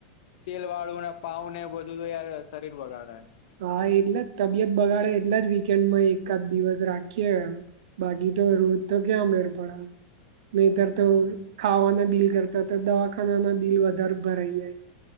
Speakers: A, on the left; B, on the right.
A: તેલ વાળું ને પાઉ ને એ બધું તો યાર શરીર બગાડે.
B: હા એટલા જ તબિયત બગાડે એટલા જ વીકેન્ડમાં એકાદ દિવસ રાખીએ બાકી તો રોજ તો ક્યાં મેળ પડે. નહીતર
A: હમ હમ
B: તો ખાવાના બિલ કરતા તો દવાખાના ના બિલ વધારે ભરાઈ જાય.